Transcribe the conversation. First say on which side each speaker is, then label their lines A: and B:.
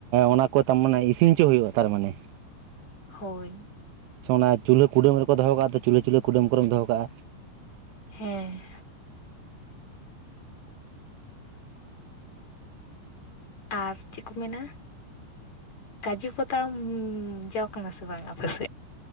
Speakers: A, on the right (about 80°); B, on the left (about 40°).
A: ᱚᱱᱟ ᱠᱚ ᱛᱟ ᱢᱟᱱᱮ ᱤᱥᱤᱱ ᱦᱚᱪᱚ ᱦᱩᱭᱩᱜ-ᱟ ᱛᱟᱨᱢᱟᱱᱮ᱾
B: ᱦᱳᱭ᱾
A: ᱥᱮ ᱚᱱᱟ ᱪᱩᱞᱦᱟᱹ ᱠᱩᱰᱟᱹᱢ ᱨᱮᱠᱚ ᱫᱚᱦᱚ ᱠᱟᱜ-ᱟ ᱪᱩᱞᱦᱟᱹ ᱪᱩᱞᱦᱟᱹ ᱠᱩᱰᱟᱹᱢ ᱠᱚᱨᱮᱢ ᱫᱚᱦᱚ ᱠᱟᱜ-ᱟ
B: ᱦᱮᱸ ᱟᱨ ᱪᱮᱫ ᱠᱚ ᱢᱮᱱᱟ? ᱠᱟᱡᱩ ᱠᱚᱛᱟᱢ ᱡᱚ ᱠᱟᱱᱟ ᱥᱮ ᱵᱟᱝ ᱟᱯᱮᱥᱮᱫ?